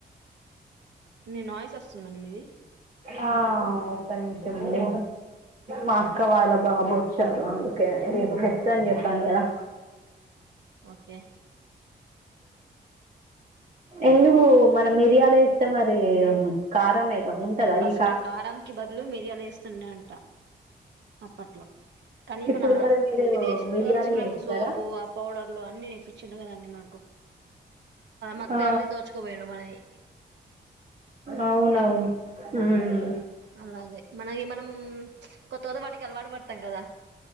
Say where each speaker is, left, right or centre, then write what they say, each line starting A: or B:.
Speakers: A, on the right (about 85°); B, on the right (about 50°).
A: మీ వాయిస్ వస్తుందండి మీది
B: ఆ ఒక్క నిమిషం అండి మా అక్క వాళ్ళ బాబు వచ్చారు అందుకే రేపు ఫెస్ట్ అని చెప్పాను కదా
A: ఓకే
B: ఎందుకు మన మిరియాలు వేస్తే మరి కారం మేక ఉంటదా
A: ఫస్ట్
B: ఈ
A: కారం కి బదులు మిరియాలు వేస్తుండే అంట అప్పట్ కానీ
B: ఇప్పుడు
A: మన
B: మరి మీరు
A: విదేశీలు
B: మిరియాలే
A: వచ్చి మనకు
B: వేస్తారా
A: సోపు ఆ పౌడర్లు అన్ని నేర్పించిండు కదండి. మాకు మొత్తం
B: ఆ
A: అన్ని దోచుకుపోయిండ్రు మనవి
B: అవునవును ఉ ఉ
A: అలాగే మనయి మనం కొత్తోజ వాటికి అలవాటు పడతాం కదా.